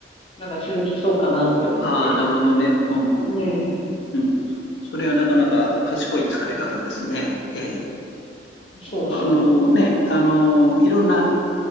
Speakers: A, on the left (about 30°); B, on the left (about 80°).
A: なんか続きそうかなって思って。
B: ああ、なるほどね。うん、うん、
A: うん。
B: うん。うん。それはなかなか賢い使い方ですね。
A: そう
B: ええ。
A: そうそう。
B: あのね、あの、いろんな